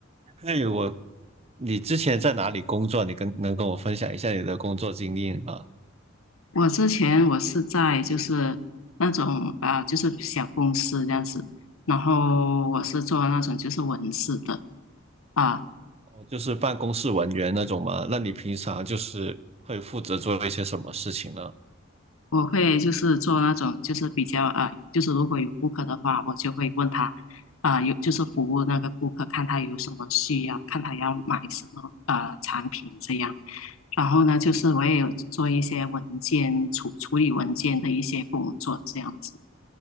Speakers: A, on the right (about 30°); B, on the left (about 90°).
A: 哎，我，你之前在哪里工作？你跟能跟我分享一下你的工作经历吗？
B: 我之前我是在就是那种啊，就是小公司这样子，然后我是做那种就是文字的啊，
A: 哦，就是办公室文员那种吗？那你平常就是会负责做一些什么事情呢？
B: 我会就是做那种就是比较啊，就是如果有顾客的话，我就会问他啊，有就是服务那个顾客，看他有什么需要，看他要买什么啊产品这样。然后呢，就是我也有做一些文件处处理文件的一些工作这样子，